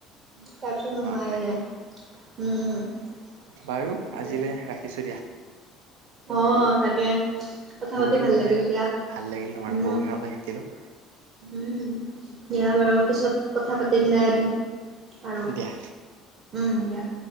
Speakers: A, on the right; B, on the right.
A: তাপিছত নোহোৱা
B: অ সেনেকুৱা
A: হৈ যায়। উম'
B: বাৰু
A: উম'
B: আজিলে ৰাখিছো দিয়া
A: অঁ তাকে, কথা
B: বহুখিনি
A: পাতি ভাল
B: কথাই
A: লাগিল দিয়া,
B: ভাল লাগিল তোমাৰ
A: উম,
B: বহুখিনি কথা শিকিলো।
A: উম' দিয়া বাৰু পিছত কথা পাতিম দিয়া এদিন। আৰু
B: দিয়া।
A: উম' দিয়া।